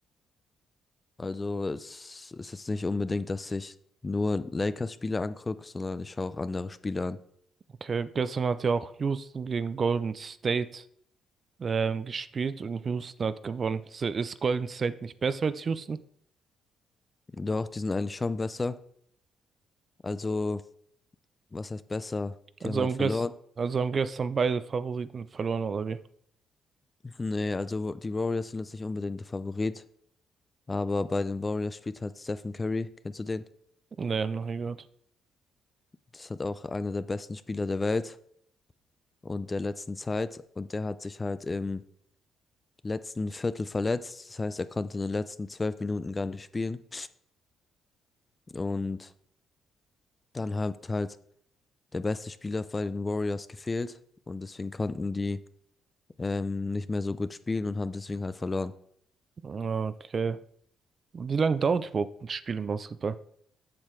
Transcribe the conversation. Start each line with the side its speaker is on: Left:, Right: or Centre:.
Left: Also es ist jetzt nicht unbedingt, dass ich nur Lakers-Spieler angucke, sondern ich schaue auch andere Spieler an.
Right: Okay. Gestern hat ja auch Houston gegen Golden State ähm, gespielt und Houston hat gewonnen. Ist ist Golden State nicht besser als Houston?
Left: Doch, die sind eigentlich schon besser. Also, was heißt besser?
Right: Also
Left: Die haben halt
Right: haben
Left: verloren.
Right: gest also haben gestern beide Favoriten verloren, oder wie?
Left: <laughs> Nee, also die Warriors sind jetzt nicht unbedingt der Favorit. Aber bei den Warriors spielt halt Stephen Curry. Kennst du den?
Right: Nee, noch nie gehört.
Left: Das hat auch einer der besten Spieler der Welt und der letzten Zeit. Und der hat sich halt im letzten Viertel verletzt. Das heißt, er konnte in den letzten zwölf Minuten gar nicht spielen. Und dann hat halt der beste Spieler bei den Warriors gefehlt. Und deswegen konnten die ähm, nicht mehr so gut spielen und haben deswegen halt verloren.
Right: Okay. Wie lange dauert überhaupt ein Spiel im Basketball?